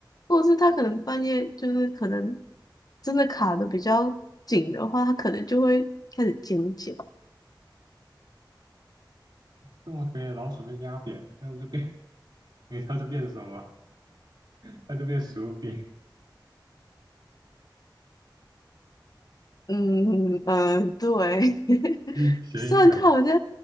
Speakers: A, on the left; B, on the right.
A: 或者是它可能半夜就是可能真的卡的比较紧的话，它可能就会开始尖叫。
B: 这么肥的老鼠被压扁，那不就变？<laughs> 你知道就变什么？<laughs> 它就变薯饼，
A: 嗯嗯，呃对，<laughs>
B: <laughs> 谐音梗。
A: 虽然它好像